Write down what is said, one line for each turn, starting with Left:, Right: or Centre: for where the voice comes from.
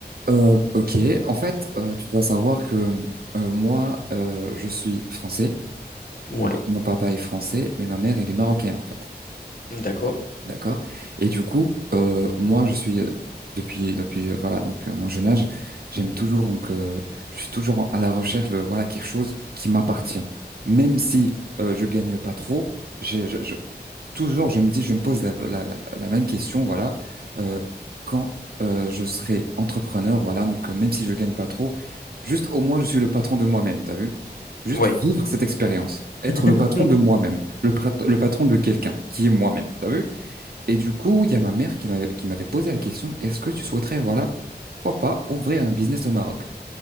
Right: Euh, ok. En fait, euh, tu dois savoir que euh, moi, euh, je suis français.
Left: Ouais,
Right: Donc, mon papa est français, mais ma mère, elle est marocaine, en fait.
Left: d'accord.
Right: D'accord. Et du coup, euh, moi, je suis euh, depuis depuis euh, voilà donc euh, mon jeune âge, j'aime toujours donc euh, je suis toujours en- à la recherche de voilà quelque chose qui m'appartient, même si euh, je gagne pas trop. j'ai- Je, je- toujours je me dis, je me pose la la la, la même question voilà euh, quand euh, je serai entrepreneur voilà donc euh, même si je gagne pas trop, juste au moins je suis le patron de moi-même. T'as vu? Juste
Left: Ouais.
Right: vivre cette expérience, être
Left: <laughs>
Right: le patron de moi-même, le, prat- le patron de quelqu'un qui est moi-même. T'as vu? Et du coup, il y a ma mère qui m'a- qui m'avait posé la question, est-ce que tu souhaiterais, voilà, pourquoi pas ouvrir un business au Maroc?